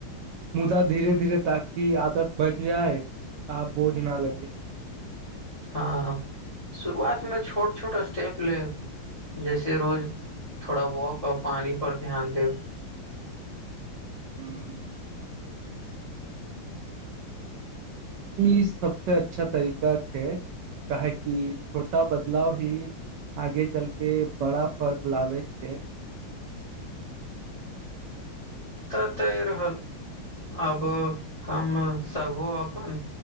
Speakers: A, on the right; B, on the left.
A: मुदा, धीरे-धीरे ताकि आदत बनि जाए आ बोझ ना लगे
B: हॅं, शुरुआतमे छोट-छोट स्टेप लेब जैसे रोज थोड़ा वॉक आओर पानी पर ध्यान देब
A: हूँ <unintelligible> ई सबसॅं अच्छा तरीका छै काहे कि छोटा बदलाव ही आगे चलके बड़ा फर्क लागै छै
B: ततय रहल, आब हम सभो अपन